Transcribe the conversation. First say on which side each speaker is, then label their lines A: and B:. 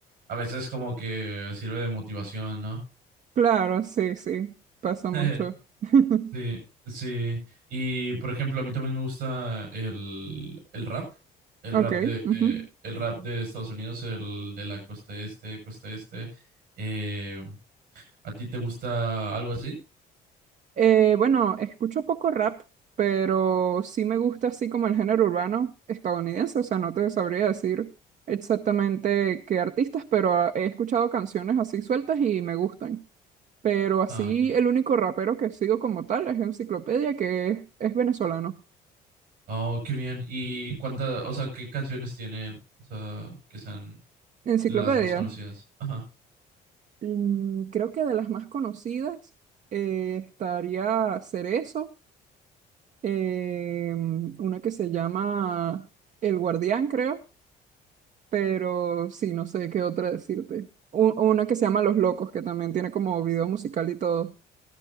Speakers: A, on the right; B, on the right.
A: a veces como que sirve de motivación, ¿no?
B: Claro, sí, sí. Pasa mucho.
A: <laughs>
B: <laughs>
A: Sí, sí. Y por ejemplo, a mí también me gusta el, el rap, el
B: Ok.
A: rap de
B: ujú.
A: el rap de Estados Unidos, el de la costa este, costa este. Eh, ¿a ti te gusta algo así?
B: Eh, bueno, escucho poco rap, pero sí me gusta así como el género urbano estadounidense, o sea, no te sabría decir exactamente qué artistas, pero ah, he escuchado canciones así sueltas y me gustan. Pero así
A: Ah, ok.
B: el único rapero que sigo como tal es Enciclopedia, que es, es venezolano.
A: Oh, qué bien. ¿Y cuántas, o sea, qué canciones tiene él? O sea, que sean
B: Enciclopedia,
A: las más conocidas. Ajá.
B: mm, creo que de las más conocidas eh, estaría Cerezo, eh, una que se llama El Guardián, creo. pero sí, no sé qué otra decirte. U- una que se llama Los Locos, que también tiene como video musical y todo.